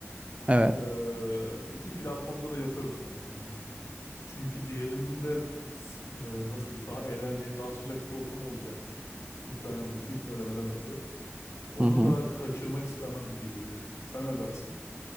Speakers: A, on the right; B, on the left.
A: Evet.
B: E, iki platformda da yaparım sanırım yani. Çünkü diğerinin de e, nasıl diyeyim daha eğlenceli, daha sıcak bir ortamı olacaktır. Muhtemelen bu filtrelemeden ötürü. Onu
A: Hı hı.
B: da kaçırmak istemem gibi geliyor. Sen ne dersin?